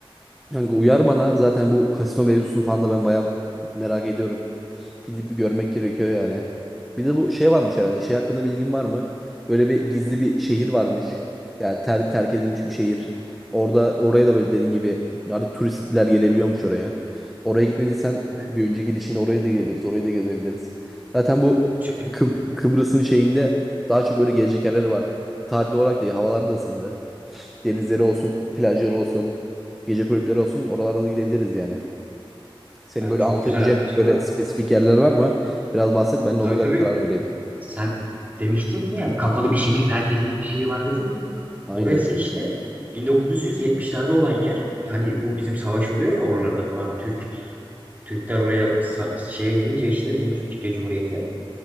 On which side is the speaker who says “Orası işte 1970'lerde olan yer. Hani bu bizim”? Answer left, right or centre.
Right